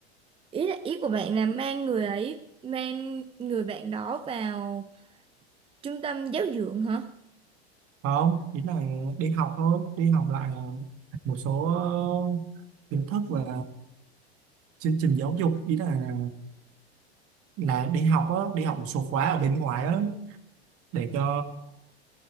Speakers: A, on the right; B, on the right.
A: ý là ý của bạn là mang người ấy mang người bạn đó vào trung tâm giáo dưỡng hả
B: không ý là đi học thôi đi học lại ờ, một số ờ, kiến thức và chương trình giáo dục ý là là đi học á đi học một số khóa ở bên ngoài á để cho